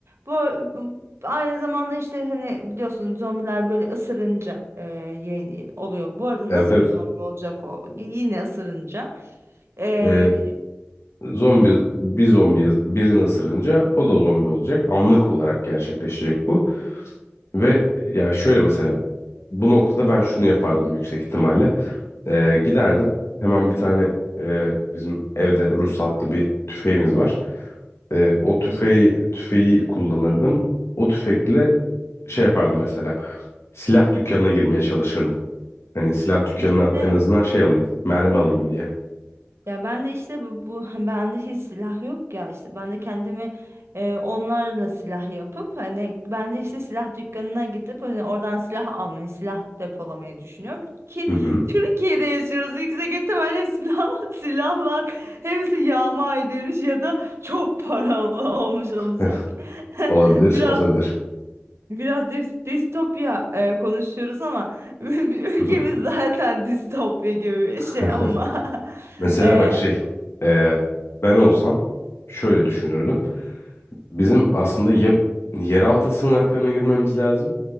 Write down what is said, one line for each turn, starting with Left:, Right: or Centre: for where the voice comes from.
Right: Bu bu- aynı zamanda işte hani biliyorsun zombiler böyle ısırınca eee, yeni oluyor. Bu arada
Left: Evet
Right: nasıl
Left: evet.
Right: bir zombi olacak o? Yine ısırınca. Eee
Left: Ee, zombi bir zombi birini ısırınca o da zombi olacak. Anlık olarak gerçekleşecek bu. Ve ya şöyle mesela bu noktada ben şunu yapardım yüksek ihtimalle. Ee, giderdim hemen bir tane e, bizim evde ruhsatlı bir tüfeğimiz var. Ee, o tüfeği tüfeği kullanırdım. O tüfekle şey yapardım mesela. Silah dükkanına girmeye çalışırdım. Hani silah dükkanından
Right: işte
Left: en azından şey alayım. Mermi alayım diye.
Right: Ya ben de işte bu, bu <laughs> bende hiç silah yok ya işte ben de kendimi e, onlarla silah yapıp hani ben de işte silah dükkanına gidip hani oradan silah almayı silah depolamayı düşünüyorum ki
Left: Hı hı.
Right: <laughs> Türkiye'de yaşıyoruz yüksek ihtimalle silah <laughs> silahlar hepsi yağma edilmiş ya da çok paralı <laughs> olmuş olacak
Left: Heh,
Right: <laughs>
Left: Olabilir,
Right: biraz
Left: olabilir.
Right: biraz dis- distopya e, konuşuyoruz ama <laughs> ülkemiz
Left: Hı hı.
Right: zaten distopya gibi bir şey
Left: <laughs>
Right: ama. <laughs>
Left: Mesela
Right: e,
Left: bak şey, e, ben olsam şöyle düşünürdüm. Bizim aslında ya yeraltı sığınaklarına girmemiz lazım